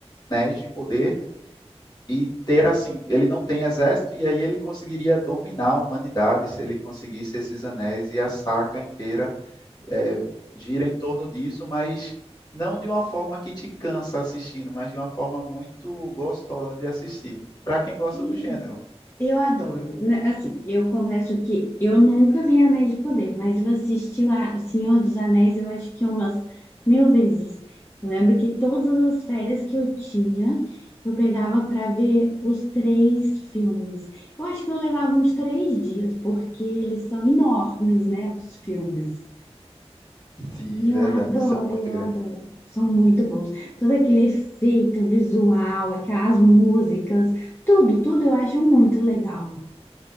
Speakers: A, on the left; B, on the left.
A: anéis de poder e ter assim, ele não tem exército e aí ele conseguiria dominar a humanidade se ele conseguisse esses anéis e a saga inteira é, gira em torno disso, mas não de uma forma que te cansa assistindo, mas de uma forma muito gostosa de assistir, para quem gosta
B: Que
A: do
B: legal.
A: gênero.
B: Eu adoro. Né, Assim, eu confesso que eu nunca vi Anéis de Poder, mas eu assisti o A- Senhor dos Anéis, eu acho que umas mil vezes. Eu lembro que todas as férias que eu tinha, eu pegava para ver os três filmes. Eu acho que eu levava uns três dias, porque eles são enormes, né, os filmes.
A: Sim,
B: E
A: verdade,
B: eu adoro,
A: são muito
B: eu
A: grandes.
B: adoro. São muito bons. Todo aquele efeito visual, aquelas músicas, tudo, tudo eu acho muito legal.